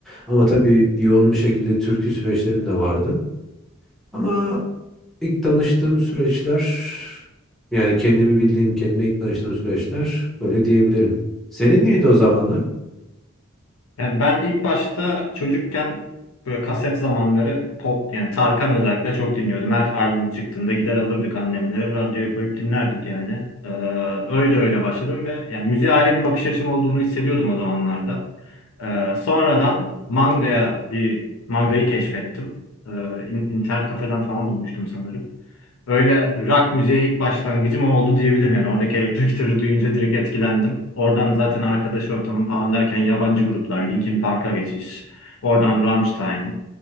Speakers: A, in the centre; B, on the left (about 80°).
A: Ama tabii yoğun bir şekilde türkü süreçlerim de vardı. Ama İlk tanıştığım süreçler yani kendimi bildiğim, kendime ilk tanıştığım süreçler böyle diyebilirim. Senin neydi o zamanlar?
B: Yani ben ilk başta çocukken böyle kaset zamanları pop yani Tarkan özellikle çok dinliyordum. Her albüm çıktığında gider alırdık annemle radyoya koyup dinlerdik yani. Ee, öyle öyle başladım ve yani müziğe ayrı bir bakış açım olduğunu hissediyordum o zamanlarda. Ee, sonradan mangaya bir mangayı keşfettim. Ee, in- internet kafeden falan bulmuştum sanırım. Öyle rock müziğe ilk başlangıcım o oldu diyebilirim yani. Oradaki elektro gitarı duyunca direkt etkilendim. Oradan zaten arkadaş ortamı falan derken yabancı gruplar, Linkin Park'a geçiş, oradan Rammstein,